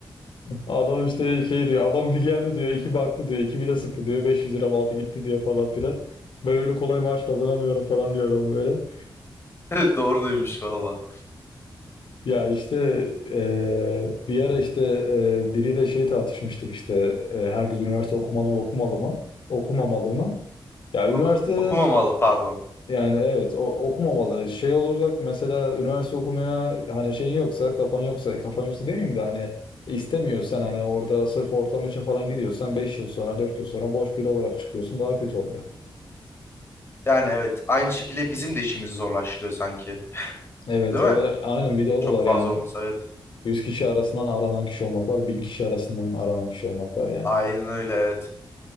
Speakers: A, on the left; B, on the left.
A: <laughs> Adam işte şey diyor, adam bir geldi diyor, iki baktı diyor, iki bir de sıktı diyor, 500 lira altı gitti diyor falan filan. Ben öyle kolay maaş kazanamıyorum falan diyor adam böyle.
B: <laughs> Doğru demiş valla.
A: Ya işte eee, bir ara işte eee, biriyle şey tartışmıştık işte eee, herkes üniversite okumalı mı okumalı mı okumamalı mı? Ya
B: Valla.
A: üniversite
B: Okumamalı pardon.
A: yani evet o, okumamalı. Şey olacak mesela üniversite okumaya hani şeyin yoksa kafan yoksa kafan yoksa demeyeyim de hani istemiyorsan hani orada sırf ortam için falan gidiyorsan 5 yıl sonra 4 yıl sonra boş biri olarak çıkıyorsun daha kötü oluyor.
B: Yani evet aynı şekilde bizim de işimizi zorlaştırıyor sanki.
A: Evet,
B: Değil
A: evet
B: mi?
A: aynen bir de o
B: Çok
A: da var
B: fazla
A: yani.
B: olmasa evet.
A: yüz kişi arasından aranan kişi olmak var, 1000 kişi arasından aranan kişi olmak var yani.
B: Aynen öyle evet.